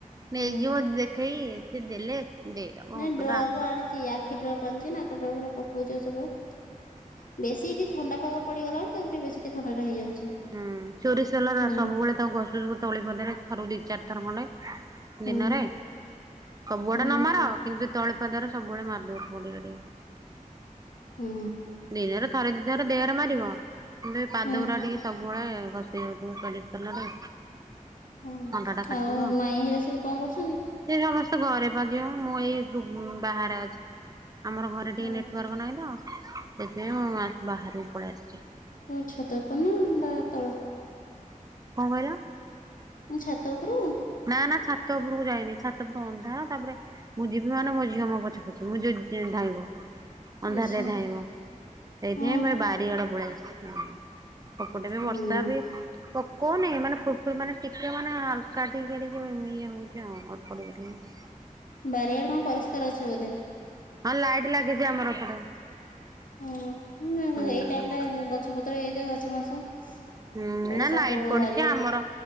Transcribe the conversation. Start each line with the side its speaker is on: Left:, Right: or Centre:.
Left: ହୁଁ
Right: ନେଇଯିବ ଦେଖେଇ ସେ ଦେଲେ ଦେଇଦବ
Left: ନାଇଁ
Right: ଔଷଧ
Left: ଡ୍ରପ୍
Right: ଆଖି
Left: ଆଣିଛି ଆଖି ଡ୍ରପ୍ ଆଣିଛି ନାକ ଡ୍ରପ୍ ରେ ପକଉଛି ସବୁବେଳେ ବେଶୀଠି ଥଣ୍ଡା ପାଗ ପଡିଗଲାାରୁ ତକୁ ବେସୀ ଥଣ୍ଡା ହେଇଯାଉଛି
Right: ହୁଁ ଚୋରି ସେ ହେଲ
Left: ହୁଁ
Right: ସବୁବେଳେ ତାକୁ ଘଷୁଛ ତଳି ପଦରେ ଥରକୁ ଦି ଚାରି ଥର ଖଣ୍ଡେ।
Left: ହୁଁ
Right: ଦିନରେ ସବୁଆଆଡେ
Left: ହୁଁ
Right: ନ ମାର କିନ୍ତୁ ତଳିପଦାର ସବୁବେଡଳେ ମାରି ଦଉଥିବ ଟିକେ ଟିକେ
Left: ହୁଁ
Right: ଦିନରେ ଥରେ ଦି ଥର ଦେହରେ ମାରିବ କିନ୍ତୁ ଏଇ ପାଦ
Left: ହୁଁ
Right: ଗୁଡା ଟିକେ ସବୁବେଳେ ଘସି ଦଉଥିବ ସୋରିସ୍ ତେଲରେ।
Left: ଓ
Right: ଥଣ୍ଡା ଟା କାଟିବ।
Left: ଆଉ ମାଇଁ ହିରା ସବୁ କଣ କରୁଛନ୍ତି,
Right: ସେ ସମସ୍ତେ ଘରେ ପା ଝିଅ ମୁଁ ଏଇ ବାହାରେ ଅଛି ଆମର ଘରେ ଏ ଟିକେ
Left: ହୁଁ
Right: ନେଟୱାର୍କ ନାହିଁ ତ ସେଥିପାଇଁ ମୁଁ ଆ ବାହାରକୁ ପଳେଇ ଆସିଛି।
Left: ହଉ ଛାତ ଉପର ନା ବା ତଳ
Right: କଣ କହିଲ?
Left: ମୁଁ ଛାତ ଉପରୁକୁ
Right: ନା ନା ଛାତ ଉପରକୁ ଯାଇନି ଛାତ ଉପରୁ ଅନ୍ଧା ନା ତାପରେ ମୁଁ ଯିବି ମାନେ ମୋ ଝିଅ ମୋ ପଛେ ପଛେ ମୁଁ ଯୋଉ ଧାଇଁବ। ଅନ୍ଧାରରେ
Left: ଇସ
Right: ଧାଇଁବ ସେଇଥିପାଇଁ
Left: ହୁଁ
Right: ମୁଁ ଏ ବାରିଆଡ ପଳେଇ ଆସିଛି। ସେପଟେ ବି
Left: ହୁଁ
Right: ବର୍ଷା ବି ପକଉନି ମାନେ ଫୁର ଫୁ ମାନେ ଟିକେ ମାନେ ହଲକା ଟିକେ ଟିକେ ଇଏ ହଉଛି ଆଉ ଅଳ୍ପ ଟିକେ ଟିକେ।
Left: ବାରିଆଡେ କଣ ପରିଷ୍କାର ଅଛି ବୋଧେ।
Right: ହଁ ଲାଇଟ୍ ଲାଗିଛି ଆମର ଏପଟେ
Left: ହୁଁ
Right: ହୁଁ।
Left: ନା ଏଇ ଟାଇମ ଟା ଗଛ ପତ୍ର ହେଇଯାଇଯଏ ଗଛ ମାସ
Right: ହୁଁ ନା
Left: କୁଆଡେ
Right: ନା
Left: ସାପ
Right: ଲାଇଟ୍
Left: ଫାପ
Right: ପଡିଛି
Left: ବାହାରିବେ।
Right: ଆମର